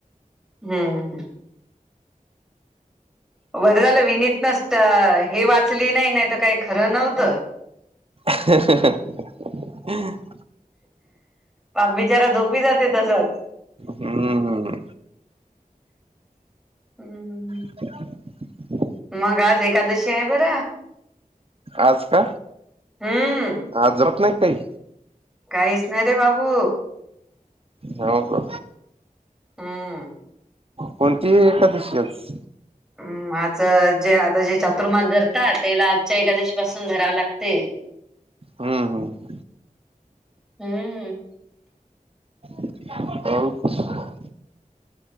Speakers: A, in the centre; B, on the right.
A: हम्म हम्. बर झालं विनीत नसत, हे वाचली नाही, नाही तर काय खरं नव्हतं.
B: <unintelligible>
A: पाप बिचारा झोपी जाते तसाच.
B: हम्म
A: हम्म.
B: <inaudible>
A: मग आज एकादशी आहे बर.
B: आज का?
A: हम्म,
B: आज रहात नाही काही.
A: काहीच नाही रे बाबू.
B: हो का?
A: हम्म.
B: कोणती एकादशी हाय आज?
A: हम्म आज जे आता जे चातुर्मास धरतात त्याला आजच्या एकादशीपासून धरावं लागते. <inaudible>
B: हम्म, हम्म.
A: हम्म.
B: <unintelligible>